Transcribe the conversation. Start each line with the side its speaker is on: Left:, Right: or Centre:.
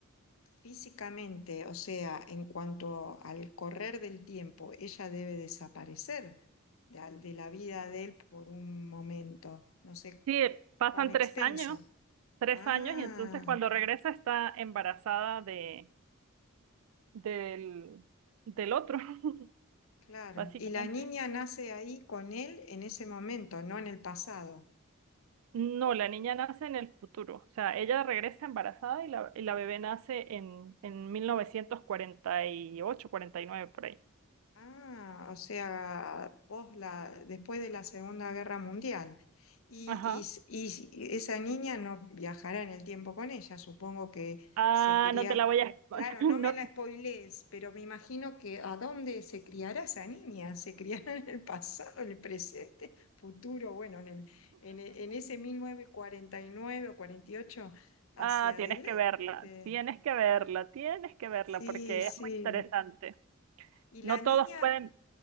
Left: físicamente, o sea, en cuanto al correr del tiempo, ella debe desaparecer de, al- de la vida de él por un momento, no sé
Right: Sí, pasan
Left: cuán extenso.
Right: tres años, tres
Left: Ah,
Right: años y entonces cuando regresa está embarazada de, del, del otro, <laughs>
Left: claro.
Right: básicamente.
Left: Y la niña nace ahí con él en ese momento, no en el pasado.
Right: No, la niña nace en el futuro, o sea, ella regresa embarazada y la, y la bebé nace en, en mil novecientos cuarenta cuarenta y ocho cuarenta y nueve por ahí.
Left: Ah, o sea, pos la, después de la Segunda Guerra Mundial. Y,
Right: Ajá.
Left: y s- y s- y esa niña no viajará en el tiempo con ella, supongo que
Right: Ah,
Left: se cría.
Right: no te la voy a... <laughs>
Left: Claro,
Right: No,
Left: no me la spoilees, pero me imagino que ¿a dónde se criará esa niña? ¿Se criará en el pasado, en el presente, futuro? Bueno, en el, en, e- en ese 1949 o 48 hacia
Right: ah, tienes
Left: adelante.
Right: que verla, tienes que verla, tienes que verla
Left: Sí,
Right: porque
Left: sí.
Right: es muy interesante.
Left: Y
Right: No
Left: la niña,
Right: todos pueden,